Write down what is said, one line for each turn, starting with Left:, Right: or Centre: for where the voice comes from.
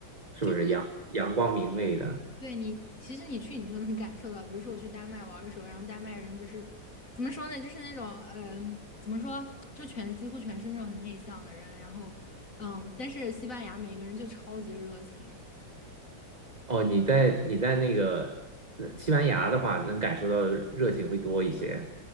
Right: 是不是阳阳光明媚的？
Left: 就是对你，其实你去你就能感受到，比如说我去丹麦玩的时候，然后丹麦人就是怎么说呢，就是那种嗯、呃怎么说，就全几乎全是那种很内向的人，然后嗯，但是西班牙每个人就超级热情。
Right: 哦，你在你在那个呃西班牙的话，能感受到的热情会多一些，